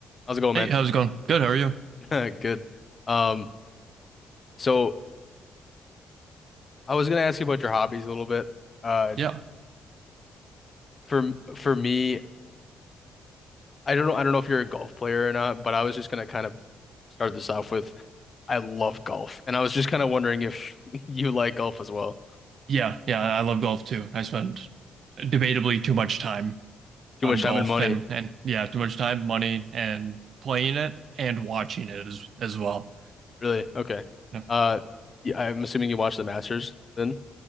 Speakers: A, on the left; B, on the right.
A: How's it going,
B: Hey,
A: man?
B: how's it going? Good, how are you?
A: <laughs> Good. Um, so I was gonna ask you about your hobbies a little bit. Uh,
B: Yeah.
A: for for me, I don't know. I don't know if you're a golf player or not, but I was just gonna kind of start this off with I love golf, and I was just kind of wondering if <laughs> you like golf as well.
B: Yeah, yeah, I love golf too. I spend debatably too much time
A: Too
B: on
A: much
B: golf
A: time and money,
B: and and yeah, too much time, money, and playing it and watching it as as well.
A: really? Okay.
B: Yeah.
A: Uh, yeah, I'm assuming you watch the Masters then,